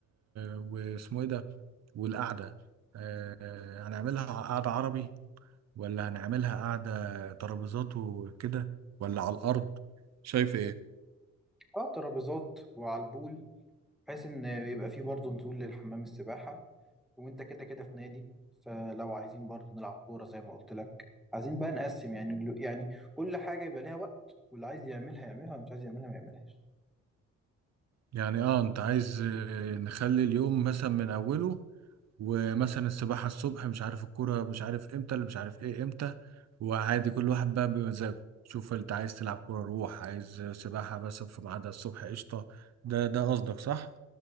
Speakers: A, on the right; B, in the centre.
A: واسمه ايه ده والقعده آه، هنعملها قعده عربي ولا هنعملها قعده ترابيزات وكده ولا على الارض شايف ايه
B: على الترابيزات وعلى البول بحيث ان بيبقى فيه برضه نزول للحمام السباحة وانت كده كده في نادي فلو عايزين برضه نلعب كورة زي ما قلت لك عايزين بقى نقسم يعني ال- يعني كل حاجة يبقى ليها وقت واللي عايز يعملها يعملها واللي مش عايز يعملها ما يعملهاش
A: يعني اه انت عايز آه، نخلي اليوم مثلا من اوله ومثلا السباحه الصبح مش عارف الكوره مش عارف امتى اللي مش عارف ايه امتى وعادي كل واحد بقى بمزاجه شوف انت عايز تلعب كوره روح عايز سباحه بس في ميعادها الصبح قشطه ده ده قصدك صح